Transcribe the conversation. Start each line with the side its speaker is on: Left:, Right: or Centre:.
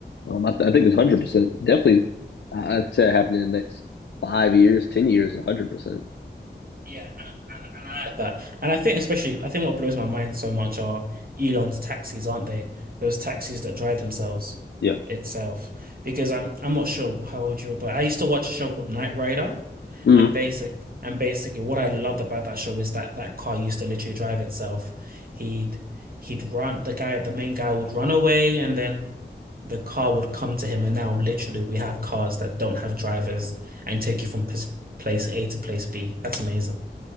Left: Um, I, th- I think it's one hundred percent definitely. I- would say it happened in the next five years, ten years, one hundred percent.
Right: Yeah, and, and and I like that. And I think especially, I think what blows my mind so much are Elon's taxis, aren't they? Those taxis that drive themselves
Left: Yeah.
Right: itself. Because I'm I'm not sure how old you were, but I used to watch a show called Knight Rider,
Left: Mm-hmm.
Right: and basic and basically what I loved about that show is that that car used to literally drive itself. He'd he'd run the guy, the main guy would run away, and then the car would come to him. And now literally we have cars that don't have drivers and take you from pos place A to place B. That's amazing.